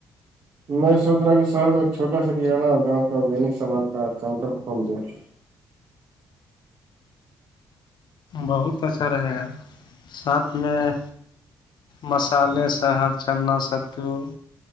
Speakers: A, on the right; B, on the left.
A: میں سوچ رہا ہوں کہ شہر میں ایک چھوٹا سا کانہ اور گاؤں کے آرگینک سامان کا کاؤنٹر کھول د ہیں
B: بہت اچھا رہے ساتھ میں مسالے سے ہر چنا سدو